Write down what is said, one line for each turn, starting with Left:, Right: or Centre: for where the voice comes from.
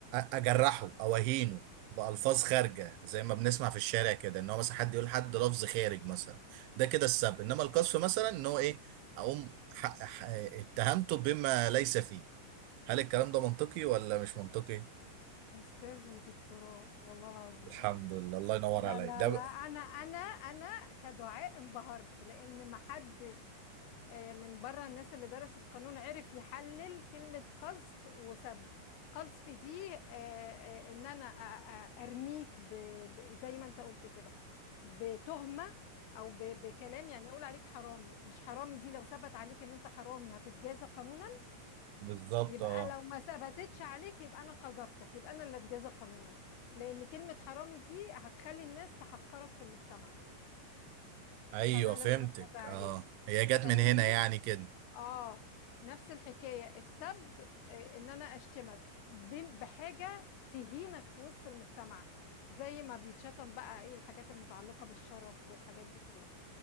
Right: اجرحه او اهينه بألفاظ خارجة زي ما بنسمع في الشارع كده ان هو مثلا حد يقول حد لفظ خارج مثلا ده كده السب انما القذف مثلا ان هو ايه اقوم ح- ح- اتهمته بما ليس فيه هل الكلام ده منطقي ولا مش منطقي
Left: استاذ ودكتوراه والله العظيم
Right: الحمد لله الله ينور
Left: لا
Right: عليك
Left: لا
Right: ده
Left: لا
Right: ب-
Left: انا انا انا كدعاء انبهرت لان محدش آه، من بره الناس اللي درست قانون عرف يحلل كلمة قذف وسب قذف دي آه، آه، ان انا أ- أ- ارميك ب... ب... زي ما انت قلت كده بتهمة او ب... بكلام يعني اقول عليك حرامي مش حرامي دي لو ثبت عليك ان انت حرامي هتتجازى قانونا
Right: بالظبط
Left: يبقى
Right: اه
Left: لو ما ثبتتش عليك يبقى انا قذفتك يبقى انا اللي اتجازى قانونا لان كلمة حرامي دي هتخلي الناس تحقرك في المجتمع
Right: ايوه
Left: فانا
Right: فهمتك
Left: لازم اتجازى عليها
Right: اه هي جت
Left: فاهمني
Right: من هنا يعني كده
Left: اه نفس الحكاية السب آه، ان انا اشتمك ب- بحاجة تهينك في وسط المجتمع زي ما بيتشتم بقى ايه الحاجات المتعلقة بالشرف والحاجات دي كلها